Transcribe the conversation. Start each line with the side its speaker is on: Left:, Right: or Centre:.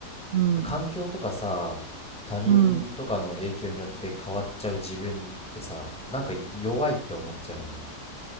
Right: うん、
Centre: 環境とかさ、他人とかの影響によって変わっちゃう自分ってさ、
Right: うん。
Centre: なんか弱いって思っちゃうよね。